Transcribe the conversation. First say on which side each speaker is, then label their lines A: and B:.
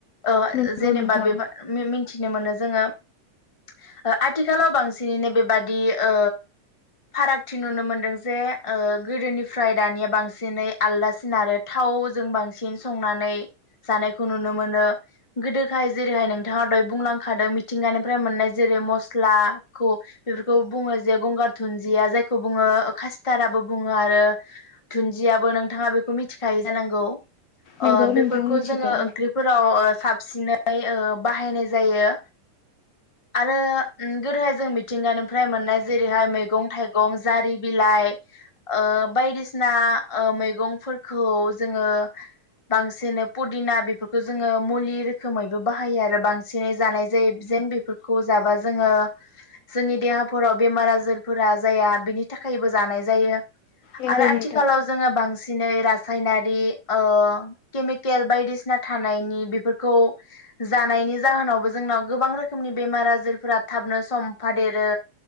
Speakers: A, on the left (about 20°); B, on the left (about 70°).
A: औ
B: नंगौ
A: जेनेबा
B: नोंथां
A: बेबा मिन मिनथिनो मोनो जोङो ओ आथिखालाव बांसिनैनो बेबादि ओ फारागथि नुनो मोनदों जे ओ गोदोनिफ्राय दानिया बांसिनै आलदासिन आरो थावजों बांसिन संनानै जानायखौ नुनो मोनो गोदोहाय जेरैहाय नोंथाङा दहाय बुंलांखादों मिथिंगानिफ्राय मोननाय जेरै मस्लाखौ बेफोरखौ बुङो जे गंगार दुुनदिया जायखौ बुङो कासिताराबो बुङो आरो दुन्दियाबो नोंथाङा बेखौ मिथिखायो जानांगौ
B: नंगौ
A: ओ बेफोर
B: नोंथां
A: खौ
B: मिथिगौ
A: जोङो ओंख्रिफोराव ओ साब सिनै ओ बाहायनाय जायो आरो उम गोदोहाय जों मिथिंगानिफ्राय मोननाय जेरैहाय मैगं थाइगं जारि बिलाइ ओ बायदिसिना ओ मैगंफोरखौ जोङो बांसिनै पुदिना बेफोरखौ जोङो मुलि रोखोमैबो बाहायो आरो बांसिनै जानाय जायो जेन बेफोरखौ जाबा जोङो जोंनि देहाफोराव बेमार आजारफोरा जाया बिनि थाखायबो जानाय जायो। आरो
B: नंगौ
A: आथिखालाव
B: नोंथां
A: जोङो बांसि सिनै रासायनारि ओ केमि केल बायदिसिना थानायनि बेफोरखौ जानायनि जाहोनावबो जोंनाव गोबां रोखोमनि बेमार आजारफोरा थाबनो समफादेरो